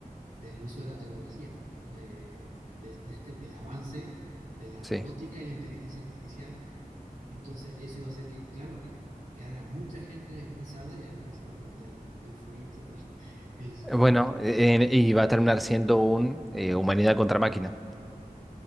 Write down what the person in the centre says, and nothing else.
sí.
Bueno, eh, en- y va a terminar siendo un eh, humanidad contra máquina.